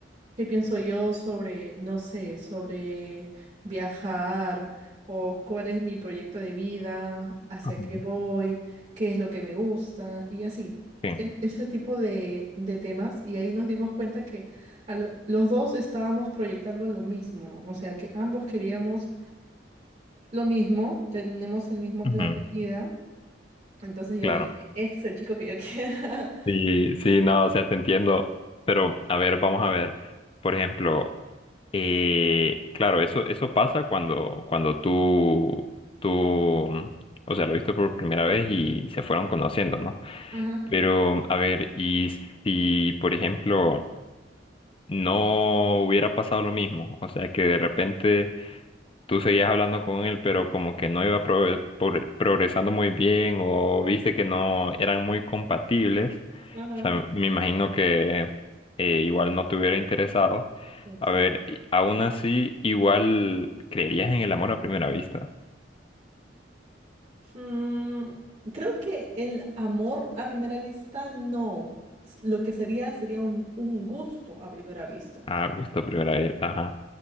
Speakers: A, on the right; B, on the left.
A: qué pienso yo sobre, no sé, sobre viajar o cuál es mi proyecto de vida, hacia
B: Ujú.
A: qué voy, qué es lo que me gusta y así.
B: Sí.
A: E- Ese tipo de, de temas y ahí nos dimos cuenta que a lo- los dos estábamos proyectando lo mismo, o sea que ambos queríamos lo mismo, tenemos el mismo
B: Ujú.
A: plan de vida entonces yo
B: Claro.
A: dije, este es el chico que yo quiero. <laughs>
B: Sí, sí, no, o sea, te entiendo. Pero, a ver, vamos a ver. Por ejemplo, eh, claro, eso, eso pasa cuando, cuando tú, tú, mm, o sea, lo viste por primera vez y se fueron conociendo, ¿no?
A: Ajá,
B: Pero, a ver, y si, por ejemplo, no hubiera pasado lo mismo. O sea, que de repente tú seguías hablando con él, pero como que no iba pro por- progresando muy bien o viste que no eran muy compatibles.
A: ajá.
B: O sea, me imagino que eh, igual no te hubiera interesado.
A: Exacto.
B: A ver, y- aún así, igual creerías en el amor a primera vista.
A: Mm, creo que el amor a primera vista no. S- Lo que sería sería un, un gusto a primera vista.
B: A gusto a primera vista, ajá.